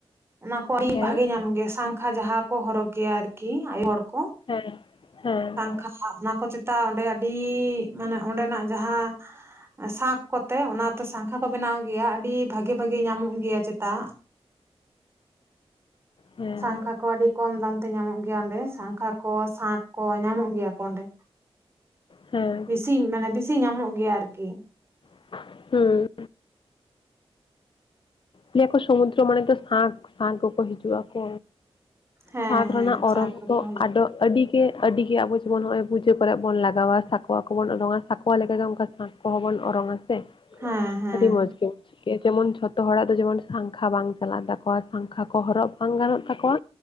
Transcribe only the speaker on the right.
ᱚᱱᱟ ᱠᱚ ᱟᱹᱰᱤ
ᱵᱷᱟᱜᱮ ᱧᱟᱢᱚᱜ ᱜᱮᱭᱟ ᱥᱟᱠᱷᱟ ᱡᱟᱦᱟᱸ ᱠᱚ ᱦᱚᱨᱚᱜᱽ ᱜᱮᱭᱟ ᱟᱨᱠᱤ ᱟᱭᱳ ᱦᱚᱲ ᱠᱚ,
<unintelligible> ᱚᱱᱟ ᱠᱚ ᱪᱮᱛᱟ ᱚᱸᱰᱮ ᱟᱹᱰᱤ ᱢᱟᱱᱮ ᱚᱸᱰᱮᱱᱟᱜ ᱡᱟᱦᱟᱸ ᱥᱟᱸᱠ ᱠᱚᱛᱮ ᱚᱱᱟ ᱛᱮ ᱥᱟᱸᱝᱠᱷᱟ ᱠᱚ ᱵᱮᱱᱟᱣ ᱜᱮᱭᱟ ᱟᱹᱰᱤ ᱵᱷᱟᱹᱜᱤ-ᱵᱷᱟᱹᱜᱤ ᱧᱟᱢᱚᱜ ᱜᱮᱭᱟ ᱪᱮᱛᱟ
ᱥᱟᱝᱠᱷᱟ ᱠᱚ ᱟᱹᱰᱤ ᱠᱚᱢ ᱫᱟᱢ ᱛᱮ ᱧᱟᱢᱚᱜ ᱜᱮᱭᱟ ᱚᱸᱰᱮ ᱥᱟᱸᱝᱠᱷᱟ ᱠᱚ ᱥᱟᱸᱠ ᱠᱚ ᱧᱟᱢᱚᱜ ᱜᱮᱭᱟ ᱠᱚ ᱚᱸᱰᱮ
ᱪᱤᱜ ᱤᱧ ᱢᱮᱱᱟ ᱵᱮᱥᱤ ᱧᱟᱢᱚᱜ ᱜᱮᱭᱟ ᱟᱨᱠᱤ
ᱦᱮᱸ
ᱦᱮᱸ
ᱥᱟᱸᱠ ᱠᱚᱠᱚ
ᱦᱤᱡᱩᱜ
ᱦᱮᱸ ᱦᱮᱸ